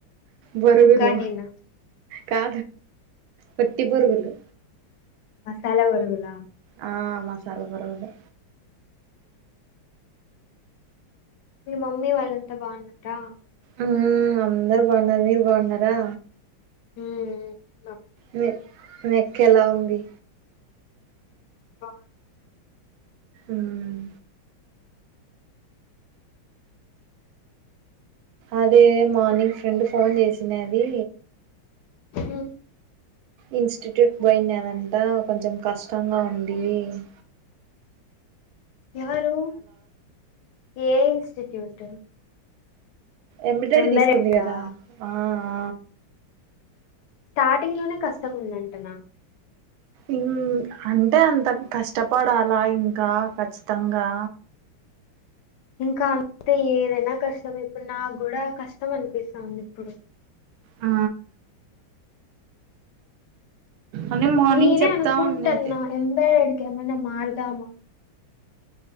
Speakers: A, on the right; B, on the left.
A: బొరుగులు
B: ఉగ్గానినా
A: కా వత్తి బొరుగులు
B: మసాలా బొరుగుల
A: ఆ మసాలా బొరుగులే
B: మీ మమ్మీ వాళ్ళంతా బాగున్నారా
A: ఉమ్మ్ అందరు బాగున్నారు మీరు బాగున్నారా
B: ఉమ్మ్
A: మే మీ యేక్క ఎలా ఉంది
B: బా
A: ఉమ్మ్ అదే మార్నింగ్ ఫ్రెండ్ ఫోన్ చేసినది
B: ఉమ్మ్
A: ఇన్స్టిట్యూట్ పోయినదంట కొంచెం కష్టంగా ఉంది అ
B: ఎవరు ఏ ఇన్స్టిట్యూట్
A: ఎమ్మిటేడ్
B: ఎంబెడెడ్దా
A: తీసుకుంది కదా ఆ ఆ
B: స్టార్టింగ్ లోనే కష్టం ఉందంటనా
A: ఇం అంటే అంత కష్టపడాలా ఇంకా ఖచ్చితంగా
B: ఇంకా అంతే ఏదైనా కష్టమే ఇప్పుడు నాకూడా కష్టం అనిపిస్తంది ఇప్పుడు
A: ఆ అని మార్నింగ్
B: నేనే
A: చెప్తా
B: అనుకుంటాన్నా
A: ఉన్నది
B: యంబరేడ్‌కి ఏమన్నా మారదామా